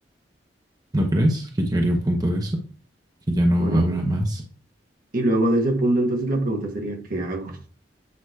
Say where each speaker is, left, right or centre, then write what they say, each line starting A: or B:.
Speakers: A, on the right; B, on the right.
A: ¿No crees que llegaría un punto de eso? Que ya no
B: Bueno,
A: habrá más.
B: y luego de ese punto, entonces la pregunta sería, ¿qué hago?